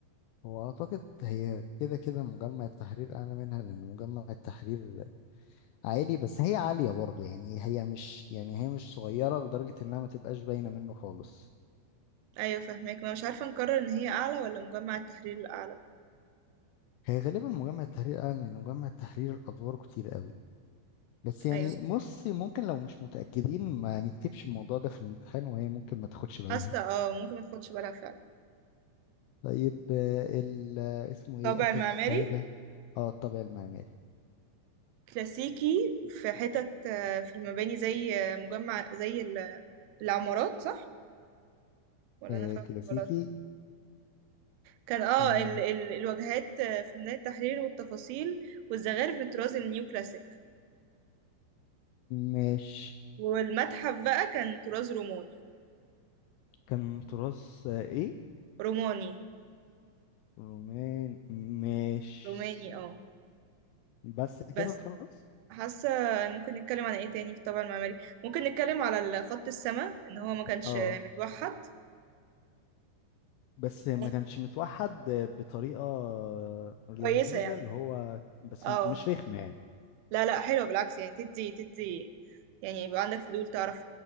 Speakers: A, on the left; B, on the right.
A: هو اعتقد هي كده كده مجمع التحرير اعلى منها لان مجمع التحرير عالي بس هي عالية برضه يعني هي مش يعني هي مش صغيرة لدرجة انها ما تبقاش باينة منه خالص
B: أيوة فاهماك ما أنا مش عارفة نقرر إن هي أعلى ولا مجمع التحرير الأعلى
A: هي غالبا مجمع التحرير قال ان مجمع التحرير ادواره كتير قوي بس يعني
B: أيوة
A: بص ممكن لو مش متاكدين ما نكتبش الموضوع ده في الامتحان وهي ممكن ما تاخدش بالها
B: حاسة اه ممكن ما تاخدش بالها فعلا
A: طيب آه، ال آه، اسمه ايه
B: طابع
A: اخر
B: المعماري
A: حاجه اه الطابع المعماري
B: كلاسيكي في حتت آه، في المباني زي آه، مجمع زي ال- العمارات صح ولا
A: آه
B: انا فاهمة
A: كلاسيكي
B: غلط كان اه
A: مم،
B: ال ال الواجهات آه، في ميدان التحرير والتفاصيل والزخارف في الطراز النيو كلاسيك
A: ماشي
B: والمتحف بقى كان طراز روماني
A: كان تراث آه، ايه
B: روماني
A: رومان ماشي
B: روماني اه
A: بس كده
B: بس
A: خلاص
B: حاسة ممكن نتكلم عن ايه تاني في طابع المعماري ممكن نتكلم على خط السماء ان هو ما كانش
A: اه
B: متوحد
A: بس
B: مم.
A: ما كانش متوحد بطريقه لذيذه
B: كويسة يعني
A: اللي هو بس
B: اه
A: مش رخمه يعني
B: لا لا حلو بالعكس يعني تدي تدي يعني يبقى عندك فضول تعرف